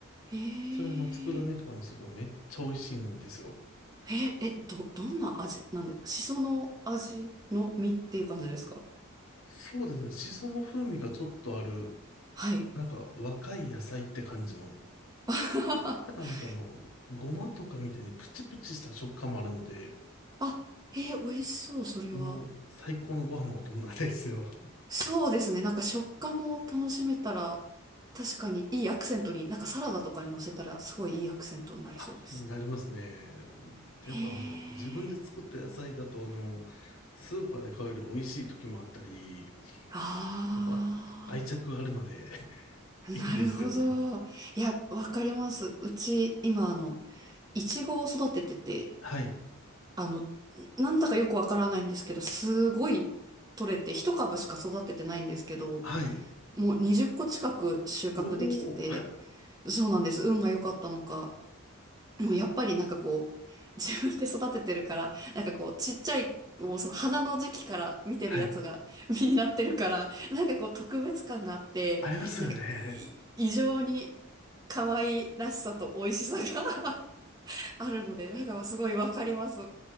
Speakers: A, on the right; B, on the left.
A: へえ。
B: それあの、佃煮とかにするとめっちゃ美味しいんですよ。
A: え、え、ど、どんな味なんですかシソの味の実っていう感じですか
B: そうですね、シソの風味がちょっとある、
A: はい。
B: なんか若い野菜って感じの、
A: <laughs>
B: ただなんかあの、ごまとかみたいにプチプチした食感もあるので、
A: あ、えー、美味しそう、それは。
B: もう最高のご飯のお供なんですよ。
A: そうですね。なんか食感も楽しめたら、確かにいいアクセントに、なんかサラダとかに乗せたら、すごいいいアクセントになりそうです。
B: あ、なりますね。
A: へえ。
B: でやっぱあの、自分で作った野菜だと、あの、スーパーで買うより美味しい時もあったり、
A: あ
B: やっぱ愛着があるので、<laughs>
A: あ、なるほど。
B: いいですよね。
A: いや、わかります。うち、今、あの、いちごを育ててて、
B: はい。
A: あの、なんだかよくわからないんですけど、すごい取れて、一株しか育ててないんですけど、
B: はい。
A: もう20個近く収穫できてて、
B: おお。
A: そうなんです。運が良かったのか。でもやっぱりなんかこう、自分で育ててるから、なんかこう、ちっちゃい、もうその花の時期から見てるやつが
B: はい。
A: <laughs> 実になってるから、なんかこう特別感があって、
B: ありますよね。
A: なんかい異常に可愛らしさと美味しさが <laughs> あるので、なんかすごいわかります。